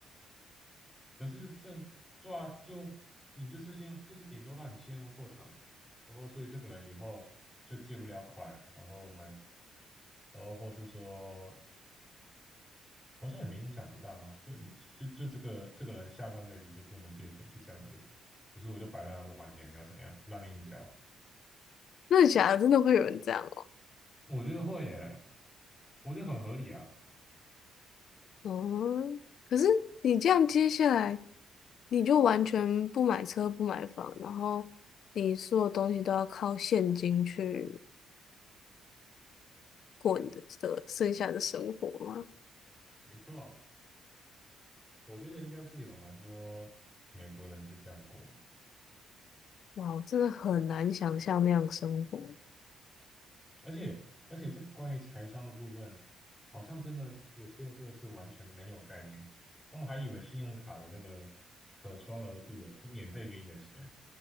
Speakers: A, in the centre; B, on the left.
A: 可是这对啊，就你就是先用，就是顶多让你先用破产嘛，然后所以这个人以后就借不了款，然后买，然后或是说好像也没影响不大啊，就你就就这个这个人下半辈子就不能借钱，就这样而已。可是我就摆烂不还钱，你要怎样？烂命一条，
B: 那假的，真的会有人这样哦？
A: 我觉得会耶，我觉得很合理啊，
B: 哦，可是你这样接下来，你就完全不买车不买房，然后你所有东西都要靠现金去过你的的剩下的生活吗？
A: 没错，我觉得应该是有蛮多美国人是这样过的。
B: 哇，我真的很难想象那样生活，
A: 而且而且这个关于财商的部分，好像真的有些人真的是完全没有概念，他们还以为信用卡的那个可刷额度哦是免费给你的钱，